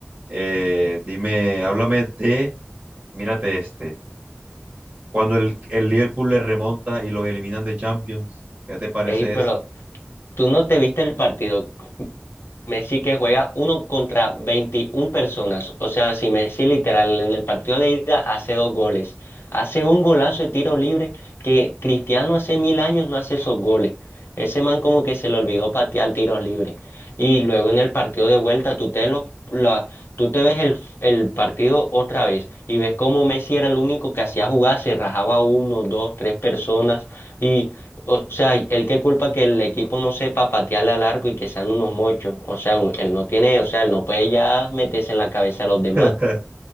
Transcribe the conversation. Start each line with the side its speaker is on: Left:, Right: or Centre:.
Right: Eh, dime, háblame de, mírate este, cuando el, el Liverpool le remonta y los eliminan de Champions, ¿qué te parece
Left: Ey, pero
Right: ese?
Left: tú no te viste el partido. Messi que juega uno contra 21 personas. O sea, si Messi literal en el partido de ida hace dos goles, hace un golazo de tiro libre que Cristiano hace mil años no hace esos goles. Ese man como que se le olvidó patear tiros libres. Y luego en el partido de vuelta tú te, lo, la, tú te ves el, el partido otra vez y ves cómo Messi era el único que hacía jugar, se rajaba uno, dos, tres personas o sea, él qué culpa que el equipo no sepa patearle a largo y que sean unos mochos. O sea, un- él no tiene, o sea, él no puede ya meterse en la cabeza de los
Right: <laughs>
Left: demás.